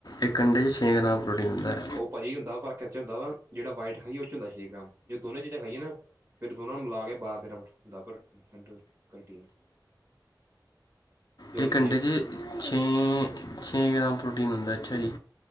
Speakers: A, on the left; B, on the right.
A: ਇੱਕ ਅੱਡੇ ਚ ਛੇ ਗ੍ਰਾਮ ਪ੍ਰੋਟੀਨ ਹੁੰਦਾ ਐ
B: ਉਹ ਭਾਜੀ ਹੁੰਦਾ ਪਰ ਕੀਚ ਹੁੰਦਾ ਵਾ ਜਿਹੜਾ ਵਾਟ ਖਾਈ ਏ ਉਹ ਚ ਹੁੰਦਾ ਛੇ ਗ੍ਰਾਮ ਜੇ ਦੋਨੋ ਚੀਜ਼ਾਂ ਖਾਈਏ ਨਾ ਫੇਰ ਦੋਨਾਂ ਨੂੰ ਮਿਲਾ ਕੇ ਬਾਰਾਂ ਤੇਰਾਂ ਹੁੰਦਾ ਪਰਸੈਂਟ ਕਰਟੀਨ
A: ਇੱਕ
B: ਵਿੱਚ
A: ਅੱਡੇ ਚ ਛੇਏ ਛੇ ਗ੍ਰਾਮ ਪ੍ਰੋਟੀਨ ਹੁੰਦੈ ਅੱਛਾ ਜੀ